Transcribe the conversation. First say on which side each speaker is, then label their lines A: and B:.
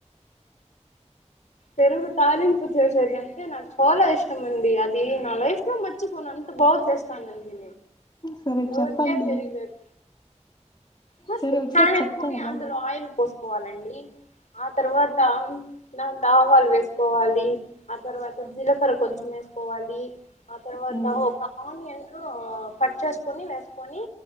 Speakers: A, on the left; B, on the left.
A: పెరుగు తాలీంపు చేసేదమ్టే నాకు చాలా ఇష్టమండి అది నా లైఫ్ లో మర్చ్చిపోన్ అంత బాగ చేస్త చేస్తానండి
B: సరే
A: ఎవరుకే
B: చెప్పండి
A: తెలీలేదు ఫస్ట్
B: సరే ఒకసారి
A: పాన్
B: చెప్తారా
A: ఎత్తుకొని అందులో ఆయిల్ పోస్ పోవాలండి ఆ తర్వాత నా వేసుకోవాలి ఆ తర్వాత జీలకర్ర కొంచం వేసుకోవాలి ఆ తర్వాత
B: మ్మ్
A: ఒక ఆనియన్ను కట్ చేసుకొని వేసుకొని